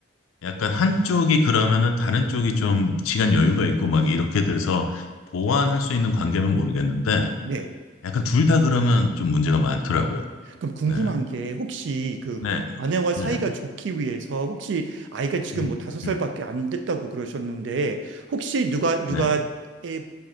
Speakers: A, on the left; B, on the right.
A: 약간 한쪽이 그러면은 다른 쪽이 좀 시간 여유가 있고 막 이렇게 돼서 보완할 수 있는 관계면 모르겠는데
B: 네.
A: 약간 둘 다 그러면 좀 문제가 많더라고요.
B: 그럼 궁금한
A: 네.
B: 게 혹시 그
A: 네.
B: 아내와 사이가
A: 네.
B: 좋기 위해서 혹시 아이가 지금
A: 음.
B: 뭐 다섯 살밖에
A: 음.
B: 안 됐다고 그러셨는데 혹시 누가 누가
A: 네.
B: 애